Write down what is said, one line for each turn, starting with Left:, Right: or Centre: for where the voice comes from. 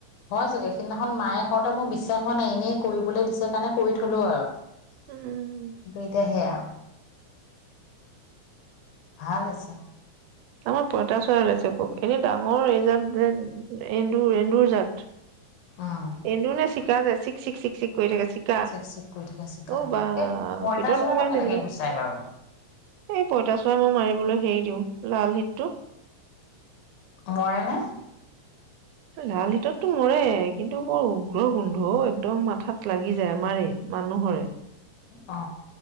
Left: হয় চাগে সিদিনাখন মায়ে কওঁতে মোৰ বিশ্বাস হোৱা নাই এনেই কৰিবলৈ দিছে কাৰণে কৰি থলো আৰু।
Right: উম
Left: বিধে সেয়া ভাল আছা
Right: আমাৰ পঁইতাচৰা ওলাইছে খুব এনে ডাঙৰ এইজাত যে, এন্দুৰ এন্দুৰ জাত।
Left: উম
Right: এন্দুৰ নে চিক চিকা যে চিক্ চিক্ চিক্ চিক্ কৰি থাকে চিকা।
Left: চেক চেক কৰি থকা চিকা
Right: অঁ বা,
Left: এই পঁইতাচোৰাটো
Right: ভিতৰত নোসোমাই
Left: কেনেকে
Right: যেনিবা।
Left: গুচাই বাৰু
Right: এই পইতাচোৰা মই মাৰিবলৈ হেৰি দিওঁ, লাল হেটটো।
Left: মৰে নে?
Right: লাল হিততটো মৰে কিন্তু বৰ উগ্ৰ গোন্ধ একদম মাথাত লাগি যায় মাৰে মানুহৰে।
Left: অ।